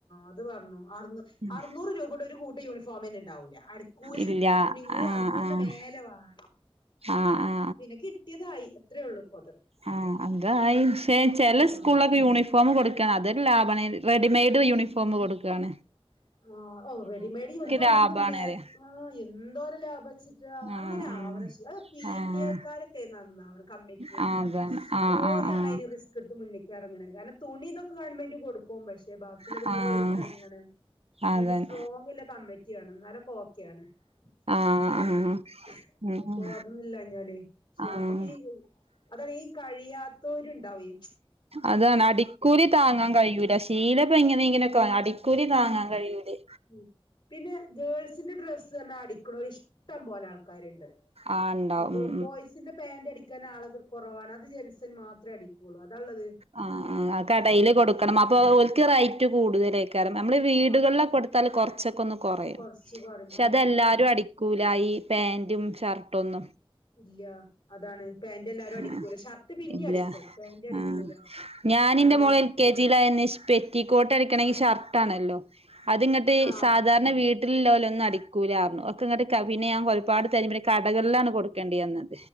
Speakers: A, on the left; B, on the right.
A: അത് പറഞ്ഞു അറൂ
B: ഉം
A: ആറ്നൂറ് രൂപയുടെ ഒര് കൂട്ടാം യൂണിഫോം തന്നെ ഒണ്ടാവൂല്ല്യാ അട്ക്കൂലിയും
B: ഇല്ല
A: തുണി കൂലിയും
B: ആഹ്
A: ആറ്ന്നൂറിറെ
B: ആഹ്
A: മേലേ വേണം
B: ആഹ് ആഹ്
A: പിന്നെ കിട്ടിയാതായി അത്ര ഒള്ളൂ ഇപ്പോ
B: ആ അതായി ശെ ചെല
A: ഉം
B: സ്കൂളിലൊക്കെ യൂണിഫോം കൊ കൊട്ക്കാണ് അതെല്ലാം ലബാണ് റെഡിമെയ്ഡ് യൂണിഫോം കൊട്ക്കാണ്
A: ആ ഓ റെഡിമെയഡ് യൂണിഫോം
B: ലാഭാണ്
A: നമക്ക് ആ മെ
B: അറിയ
A: എന്തോര് ലാഭാച്ചിട്ട്
B: ആഹ്
A: അങ്ങനെ ആ
B: ആഹ്
A: ആവണം പിടിഎ
B: ആഹ്
A: കാരൊക്കെ നന്നാവണം കമ്മറ്റിക്ക്
B: ആഹ് അതാണ്
A: ഓരാണ്
B: ആഹ്
A: അയിന് റിസ്ക് എട്ത്ത് മുന്നിക് എറങ്ങണം കാരണം തുണി ഇതൊക്കെ ഗവൺമെന്റ് കൊടുക്കും പശെ ബാക്കിയെള്ളതും
B: ആഹ് ആഹ്
A: കൂടെ ഒര് എറങ്ങാണ്
B: ആഹ്
A: എന്നട്ട്
B: അതാണ്
A: സ്ട്രോങ്ല്ലാ കമ്മിറ്റി വേണം എന്നാലെ ഓക്കേ ആണ്
B: ആഹ്
A: അങ്ങനെണ്ടോ
B: ആഹ് ഉം
A: ഇതിപ്പോ
B: ഉം
A: അതൊന്നു ഇല്ലാഞ്ഞാല്
B: ആഹ്
A: നമ്മക്ക് ഇ അതാണ് ഈ കഴിയാത്തവർ ഉണ്ടാവും
B: അതാണ് അടിക്കൂലി താങ്ങാൻ കഴിയൂല്ലാ ശീലപ്പ എങ്ങനെ എങ്ങനെയങ്കിലും ആ അടിക്കൂലി
A: ഉം
B: താങ്ങാൻ കഴിയൂലേ
A: ഉം പിന്നെ ഗേൾസിന്റെ ഡ്രെസ്സ് തന്നെ അടിക്കോണേര് ഇഷ്ടം പോലെ ആ ആൾക്കാര് ഉണ്ട് ഇത്
B: ആഹ് ഇണ്ടാവും
A: ഇപ്പോ
B: ഉം ഉം
A: ബോയ്സിൻ്റെ പാന്റ് അടിക്കാൻ ആൾ കുറവാണ് അത് ജെയിംസ് മാത്ര അടിക്കോള്ളൂ അതാ ഒള്ളത്
B: ആ ആ ആ കടയില് കൊടുക്കണം അപ്പൊ ഒർക്ക് റൈറ്റ് കൂടുതലേക്കാറും നമ്മള് വീട്
A: ആ
B: ടുകൾലൊക്കെ കൊടുത്താല് കൊറച്ചൊക്കൊന്ന് കൊറയും
A: കൊറച്ച് കുറയും
B: പക്ഷെ
A: അയിനങ്ങല്ല
B: അതെല്ലാരും അടിക്കൂല ഈ പാ ന്റും ഷർട്ട് ഒന്നും.
A: ഇല്ല അതാണ് പാന്റ് എല്ലാരും അടിക്കൂലെ
B: ആഹ്
A: ഷർട്ട് പിന്നേം
B: ഇല്ല
A: അടിക്കും പാന്റ് അടിക്കൂല
B: ആഹ് ഞാന്
A: അതാണ്
B: ഇന്റെ മോള് എൽ. കെ. ജി. യിലായന്ന് ഷ് മ്പെറ്റിക്കോട്ട് അടിക്കണെങ്കി ഷർട്ട് ആണല്ലോ അത്ങ്ങട്ട്
A: ആ
B: സാധാരണ വീട്ടിലില്ലോലൊന്നും അടിക്കൂലാറഞ്ഞു ഒക്കെ ഇങ്ങട്ട്കാ പിന്നെ ഞാൻ ഒരുപാട് തെരബയെ കടകളിലാണ് കൊടുക്കേണ്ടി വന്നത്